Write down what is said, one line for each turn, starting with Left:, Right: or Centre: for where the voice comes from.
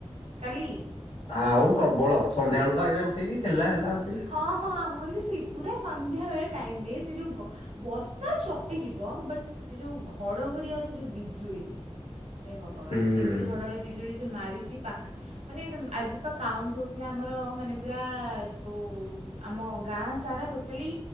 Right: କାଲି।
Left: ଆଉ ପ୍ରବଳ ସନ୍ଧ୍ୟାବେଳୁ ତ ଏଇନା ଉଠେଇକି ହେଲା ହେଲା ଆସିକି
Right: ହଁ ହଁ ଆମର ବି ସେଇ ପୁରା ସନ୍ଧ୍ୟାବେଳ ଟାଇମରେ ସେ ଯୋଉ ଗ ବର୍ଷା ଚପିଯିବ। ବଟ ସେ ଯୋଉ ଘଡଘଡି ଆଉ ସେ ଯୋଉ ବିଜୁଳି ହେ ଭଗବାନ
Left: ହୁଁ।
Right: ଏମିତି ଘଡ଼ଗଡି ବି ଜୁଳି ସେ ମାରିଚି ପାଖ ମାନେ ଆଜି ପା କାଉଣ୍ଟ ହଉଥିଲା ଆମର ମାନେ ପୁରା ଉ ଆମ ଗାଁ ସାରା ଟୋଟାଲି